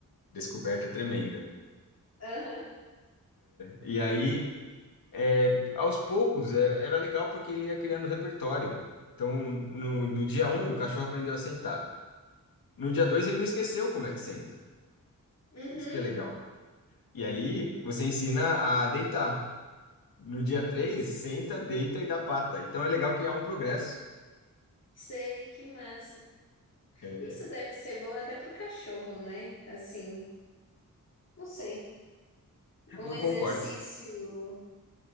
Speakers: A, on the left; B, on the left.
A: descoberta tremenda.
B: Aham.
A: E aí, é, aos poucos, era, era legal porque ele ia criando repertório. Então, no, no dia um, o cachorro aprendeu a sentar. No dia dois, ele não esqueceu como é que senta.
B: Uhum.
A: Isso que é legal. E aí você ensina a deitar. No dia 3, senta, deita e dá pata. Então é legal que há um progresso.
B: Sei, que massa.
A: É,
B: Isso deve ser bom até pro cachorro, né? Assim, não sei. Um
A: eu
B: exercício
A: concordo que